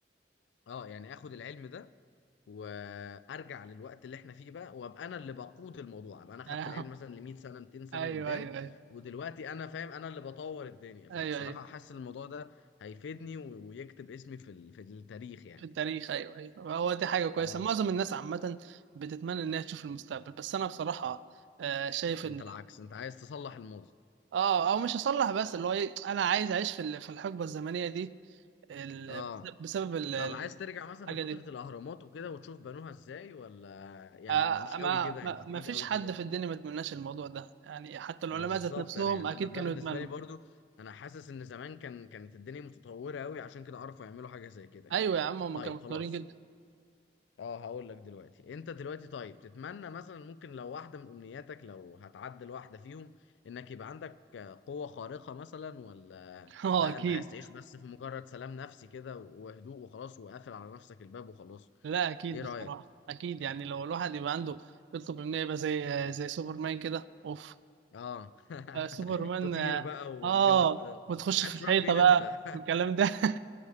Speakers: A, on the left; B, on the right.
A: اه يعني اخد العلم ده وارجع للوقت اللي احنا فيه بقى وابقى انا اللي بقود الموضوع ابقى
B: <laughs>
A: انا خدت
B: آه،
A: العلم مثلا ل 100 سنه 200 سنه
B: ايوه
A: قدام
B: ايوه ايوه
A: ودلوقتي انا فاهم انا اللي بطور الدنيا فبصراحه
B: ايوه ايوه
A: حاسس إن الموضوع ده هيفيدني و- ويكتب اسمي في ال- في التاريخ يعني
B: في التاريخ ايوه ايوه هو دي حاجه كويسه
A: اه
B: معظم الناس عامه بتتمنى انها تشوف المستقبل بس انا بصراحه آه، شايف
A: انت
B: ان
A: العكس انت عايز تصلح الماضي
B: اه او مش هصلح بس اللي هو ايه انا عايز اعيش في ال- في الحقبه الزمنيه دي ال-
A: اه
B: بسبب ال- ال-
A: طب عايز ترجع مثلا
B: الحاجه
A: لفتره
B: دي
A: الاهرامات وكده وتشوف بنوها ازاي ولا يعني
B: آه،
A: مش
B: ما
A: قوي كده
B: ما
A: يعني مش بعيد
B: ما فيش
A: قوي
B: حد
A: كده
B: في الدنيا ما يتمناش الموضوع ده يعني حتى العلماء
A: ما بالظبط
B: ذات نفسهم
A: انا يعني
B: اكيد
A: انا ده
B: كانوا
A: بالنسبه
B: يتمنوا
A: لي برضو انا حاسس ان زمان كان كانت الدنيا متطوره قوي عشان كده عرفوا يعملوا حاجه زي كده يعني
B: ايوه يا عم هم
A: طيب
B: كانوا مضطرين
A: خلاص
B: جدا
A: اه هقول لك دلوقتي انت دلوقتي طيب تتمنى مثلا ممكن لو واحده من امنياتك لو هتعدل واحده فيهم انك يبقى عندك آه، قوه خارقه مثلا ولا
B: <laughs> اه
A: لا
B: اكيد
A: انت عايز تعيش بس في مجرد سلام نفسي كده وهدوء وخلاص وقافل على نفسك الباب وخلاص
B: لا اكيد
A: ايه
B: بصراحه
A: رايك
B: اكيد يعني لو الواحد يبقى عنده يطلب منه يبقى زي زي سوبرمان كده اوف
A: اه
B: آه،
A: <laughs>
B: سوبرمان
A: تطير
B: اه
A: بقى والجو
B: آه،
A: ده
B: وتخش
A: عايز
B: في الحيطه
A: تروح فين
B: بقى
A: انت <laughs>
B: الكلام ده <laughs>